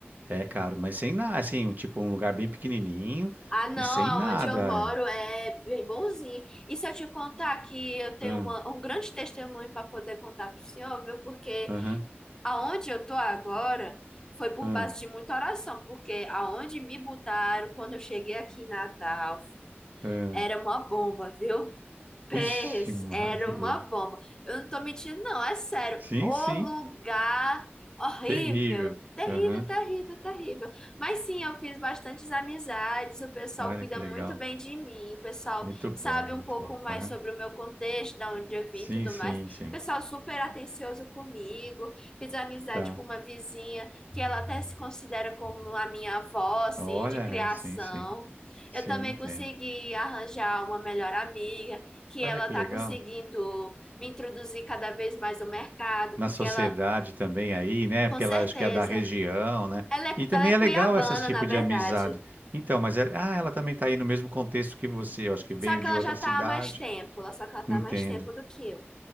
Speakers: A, on the right; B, on the left.
A: É caro, mas sem nada, assim, um- tipo um lugar bem pequenininho
B: Ah, não,
A: e sem
B: aonde
A: nada.
B: eu moro é bem bonzinho. E se eu te contar que eu tenho
A: Hum,
B: uma- um grande testemunho para poder contar pro senhor, viu? Porque
A: aham,
B: Aonde eu tô agora foi por
A: hum,
B: base de muita oração, porque aonde me botaram quando eu cheguei aqui em Natal
A: hum.
B: era
A: <laughs>
B: uma bomba, viu? Pés,
A: Vixe, Maria.
B: era uma bomba. Eu não tô mentindo, não, é sério.
A: Sim,
B: O
A: sim,
B: lugar horrível,
A: terrível.
B: terrível,
A: Aham,
B: terrível, terrível. Mas sim, eu fiz bastantes amizades, o pessoal
A: Olha
B: cuida
A: que legal.
B: muito bem de mim, o pessoal
A: Muito bom,
B: sabe um
A: muito
B: pouco
A: bom.
B: mais
A: Aham.
B: sobre o meu contexto, da onde eu vim
A: Sim,
B: e tudo
A: sim,
B: mais. O
A: sim.
B: pessoal super atencioso comigo. Fiz amizade
A: Tá.
B: com uma vizinha que ela até se considera como a minha avó, assim,
A: Olha,
B: de
A: é,
B: criação.
A: sim, sim. Sim,
B: Eu também
A: entendo.
B: consegui arranjar uma melhor amiga que
A: Olha
B: ela
A: que
B: está
A: legal.
B: conseguindo me introduzir cada vez mais no mercado,
A: na
B: porque
A: sociedade
B: ela,
A: também aí, né?
B: com
A: Porque
B: certeza,
A: ela acho que é da região, né?
B: ela é,
A: E também
B: ela é
A: é
B: cuiabana,
A: legal esses tipo
B: na verdade.
A: de amizade. Então, mas ela, ah, ela também está aí no mesmo contexto que você, eu acho que veio
B: Só que
A: de
B: ela
A: outra
B: já
A: cidade.
B: tá há mais tempo, só que ela tá
A: Entendo.
B: há mais tempo do que eu.